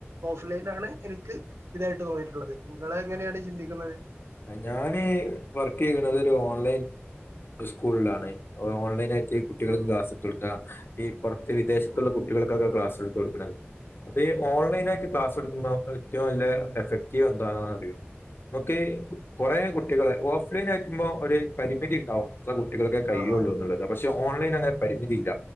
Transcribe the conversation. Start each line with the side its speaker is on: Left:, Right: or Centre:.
Right: ഓൺലൈനാണ് എനിക്ക് ഇതായിട്ട് തോന്നിയിട്ടുള്ളത് നിങ്ങള് എങ്ങനെയാണ് ചിന്തിക്കുന്നത്
Left: ഞാന് വർക്ക് ചെയ്യ്ണത് ഒരു ഓൺലൈൻ സ്കൂളിലാണ് ഓൺലൈനായിട്ട് കുട്ടികൾക്ക്
Right: ഓ
Left: ക്ലാസ്സെടുത്തു കൊടുക്ക ഈ പൊറത്ത് വിദേശത്തുള്ള
Right: ഓ ഓ.
Left: കുട്ടികൾക്കൊക്കെ ക്ലാസ് എടുത്ത് കൊടുക്കണത് അപ്പ ഈ ഓൺലൈനായിട്ട് ക്ലാസ് എടുക്കുമ്പോ ഏറ്റവും നല്ല എഫക്റ്റീവ് എന്താണ് അറിയോ ഓക്കെ കൊറേ കുട്ടികളെ ഓഫ്ലൈൻ ആയിരിക്കുമ്പോ ഒരു പരിമിതി ഉണ്ടാവും ഇത്ര കുട്ടികളൊക്കെ കഴിയുള്ളൂ
Right: ആ ആ
Left: എന്നുള്ള പക്ഷെ ഓൺലൈൻ അങ്ങനെ പരിമിതില്ല